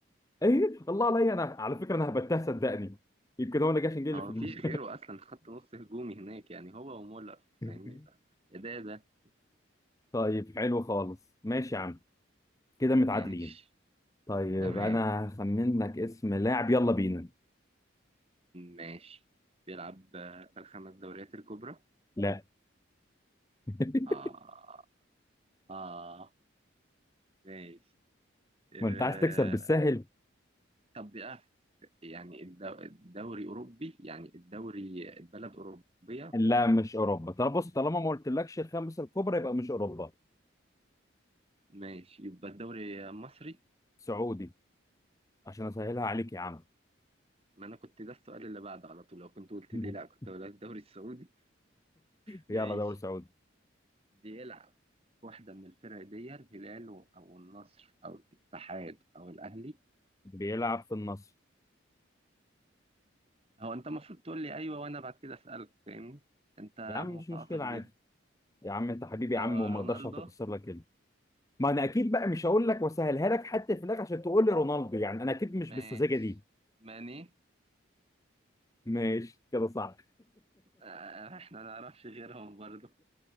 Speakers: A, on the left; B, on the right.
A: ايه الله عليا انا على فكره انا هبتها صدقني يمكن هو اللي جه عشان جه اللي
B: هو
A: في
B: مفيش
A: دماغي
B: غيره اصلا خط نص هجومي هناك يعني هو ومولر
A: <laughs>
B: فاهمني يا ده ده
A: طيب حلو خالص ماشي يا عم كده متعادلين
B: ماشي
A: طيب
B: تمام
A: انا هخمن لك اسم لاعب يلا بينا
B: ماشي بيلعب آه، في الخمس دوريات الكبرى
A: لا <laughs>
B: اه اه ماشي آه،
A: ما انت عايز تكسب بالسهل
B: طب بقى في- يعني الدو- الدوري أوروبي يعني الدوري البلد أوروبية
A: لا مش اوروبا طب بص طالما ما قلتلكش الخمسه الكبرى يبقى مش اوروبا
B: ماشي يبقى الدوري مصري
A: سعودي عشان اسهلها عليك يا عم
B: ما أنا كنت ده السؤال اللي بعده على طول لو كنت قلت
A: <laughs>
B: لي لا كنت هقول لك الدوري السعودي ماشي
A: يلا دوري سعودي
B: بيلعب واحدة من الفرق دي الهلال و- أو النصر أو الاتحاد أو الأهلي
A: بيلعب في النصر
B: هو أنت المفروض تقول لي أيوه وأنا بعد كده أسألك فاهمني أنت
A: يا عم
B: متعاطف
A: مش مشكله
B: جدا
A: عادي يا عم انت حبيبي يا
B: آه
A: عم وما
B: رونالدو
A: اقدرش اتكسر لك ما انا اكيد بقى مش هقول لك واسهلها لك حتى في الاخر عشان تقول لي رونالدو يعني انا اكيد مش
B: ماشي
A: بالسذاجه دي
B: ماني
A: ماشي كده صح
B: آه إحنا ما نعرفش غيرهم برضه